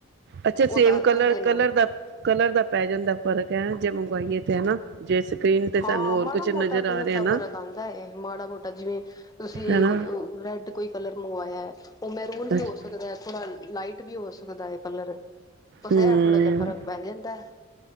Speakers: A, on the right; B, on the left.
A: ਅੱਛਾ
B: ਉਹ
A: ਸੇਮ
B: ਦੱਸ
A: ਕਲਰ,
B: ਦਿੰਦੇ ਨੇ
A: ਕਲਰ ਦਾ ਕਲਰ ਦਾ ਪੈ ਜਾਂਦਾ ਫਰ <inaudible> ਜੇ ਮੰਗਵਾਈਏ ਤੇ ਹਨਾ ਜੇ ਸਕਰੀਨ ਤੇ
B: ਹਾਂ
A: ਸਾਨੂੰ ਹੋਰ
B: ਮਾੜਾ
A: ਕੁਛ
B: ਮੋਟਾ
A: ਨਜ਼ਰ ਆ
B: ਕਲਰ
A: ਰਿਹਾ
B: ਦਾ
A: ਨਾ
B: ਫਰਕ ਆਂਦਾ ਏ, ਮਾੜਾ ਮੋਟਾ ਜਿਵੇ ਤੁਸੀ
A: ਹਨਾ
B: ਰੈਡ ਕੋਈ ਕਲਰ ਮੰਗਵਾਏਆ ਓ ਮੈ ਹੁਣ ਵੀ
A: ਅੱਛਾ
B: ਹੋ ਸਕਦਾ ਥੋੜਾ ਲਾਈਟ ਵੀ ਹੋ ਸਕਦਾ ਹ ਕਲਰ <inaudible> ਬਸ
A: ਹਮ
B: ਏਹ ਥੋੜਾ ਜੇਹਾ ਫ਼ਰਕ ਪੈ ਜਾਂਦਾ ਐ,